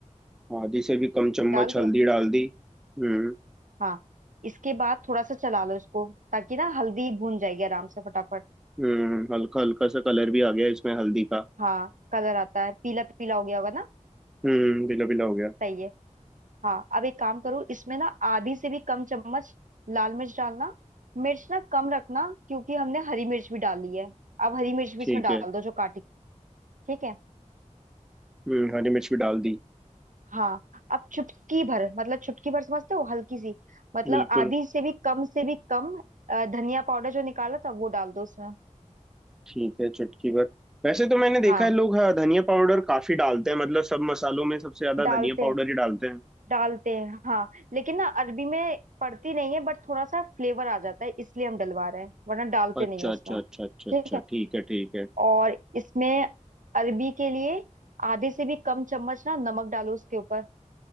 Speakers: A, in the centre; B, on the right.
A: आधी से भी कम चम्मच
B: डाल दिया
A: हल्दी डाल दी हम्म
B: हाँ इसके बाद थोड़ा सा चला लो इसको ताकि ना हल्दी भून जाएगी आराम से फटाफट
A: हम्म हल्का हल्का सा कलर भी आ गया इसमें हल्दी का
B: हाँ कलर आता है पीला पीला हो गया होगा ना
A: हम्म बिला बिला हो गया
B: सही है हाँ अब एक काम करो इसमें ना आधी से भी कम चम्मच लाल मिर्च डालना मिर्च ना कम रखना क्योंकि हमने हरी मिर्च भी डाली है अब हरी मिर्च भी
A: ठीक
B: इसमें डाल
A: है
B: दो जो काटी ठीक है
A: हम्म हरी मिर्च भी डाल दी
B: हाँ अब चुटकी भर मतलब चुटकी भर समझते हो हल्की सी मतलब
A: बिल्कुल
B: आधी से भी कम से भी कम अ, धनिया पाउडर जो निकाला था वो डाल दो उसमें
A: ठीक है चुटकी भर वैसे तो मैंने देखा
B: हाँ
A: है लोग हाँ, धनिया पाउडर काफी डालते हैं मतलब सब मसालों में सबसे ज्यादा
B: डालते
A: धनिया पाउडर
B: हैं
A: ही डालते हैं
B: डालते हैं हाँ लेकिन ना अरबी में पड़ती नहीं है बट थोड़ा सा फ्लेवर आ जाता है इसलिए हम डलवा रहे हैं वरना डालते
A: अच्छा
B: नहीं है इसमें
A: अच्छा अच्छा
B: ठीक
A: अच्छा अच्छा
B: है
A: ठीक है ठीक है
B: और इसमें अरबी के लिए आधे से भी कम चम्मच ना नमक डालो उसके ऊपर